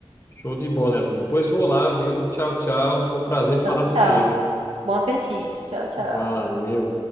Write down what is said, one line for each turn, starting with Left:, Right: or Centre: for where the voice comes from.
Left: Show de bola, Yasmin. Pois vou lá, viu? Tchau, tchau. Foi um prazer falar
Right: Então, tchau.
Left: contigo.
Right: Bom apetite. Tchau, tchau.
Left: Valeu.